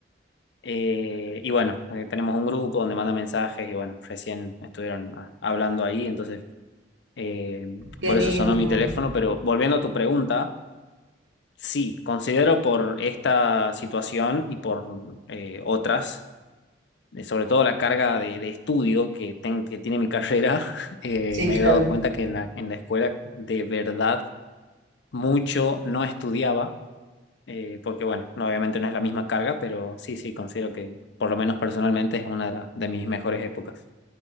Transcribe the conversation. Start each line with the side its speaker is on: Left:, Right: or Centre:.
Left: Eh, y bueno, eh, tenemos un grupo donde mandan mensajes y bueno, recién estuvieron ah, hablando ahí, entonces eh,
Right: qué
Left: por
Right: lindo.
Left: eso sonó mi teléfono, pero volviendo a tu pregunta, sí, considero por esta situación y por eh, otras. de sobre todo la carga de, de estudio que, ten- que tiene mi carrera, <laughs> eh,
Right: Sí,
Left: me
Right: claro.
Left: he dado cuenta que en la, en la escuela de verdad mucho no estudiaba, eh, porque bueno, no- obviamente no es la misma carga, pero sí, sí, considero que por lo menos personalmente es una de, las- de mis mejores épocas.